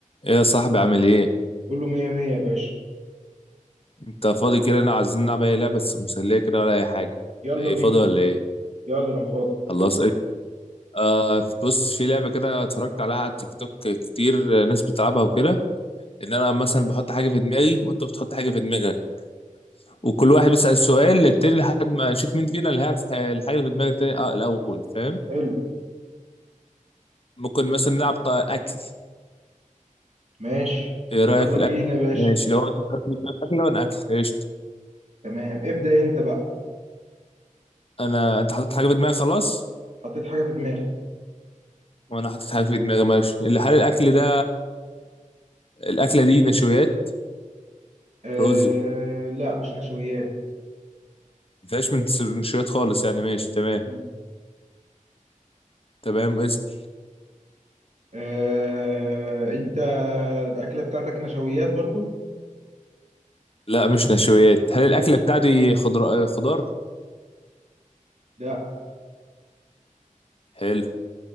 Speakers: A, on the left (about 45°); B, on the right (about 55°).
A: ايه يا صاحبي عامل ايه
B: كله مية مية يا باشا
A: انت فاضي كده انا عايزين نلعب اي لعبه بس مسليه كده ولا اي حاجه
B: يلا
A: ايه
B: بينا
A: فاضي ولا ايه
B: يلا انا فاضي
A: خلاص ايه آه بص في لعبه كده اتفرجت عليها على التيك توك كتير آه، ناس بتلعبها وكده ان انا مثلا بحط حاجه في دماغي وانت بتحط حاجه في دماغك وكل واحد بيسال سؤال للتاني لحد ما نشوف مين فينا اللي هيعرف ح- الحاجه اللي في دماغ التاني آه الاول فاهم
B: حلو
A: ممكن مثلا نلعب ط- اكل
B: ماشي
A: ايه رايك
B: يلا
A: في
B: بينا
A: الاكل
B: يا باشا
A: ماشي لو انت بتحط في دماغك اكل وانا اكل قشطه
B: تمام ابدأ انت بقى
A: انا انت حطيت حاجه في دماغك خلاص
B: حطيت حاجة في دماغي
A: وانا حاطط حاجه في دماغي ماشي اللي حال الاكل ده الاكله دي نشويات
B: آه
A: رز
B: لا مش نشويات
A: مفيهاش من س- نشويات خالص يعني ماشي تمام
B: مم.
A: تمام اسأل
B: آه انت الأكلة بتاعتك نشويات برضو
A: لا مش نشويات هل الاكله بتاعتي خضر خضار
B: لا
A: حلو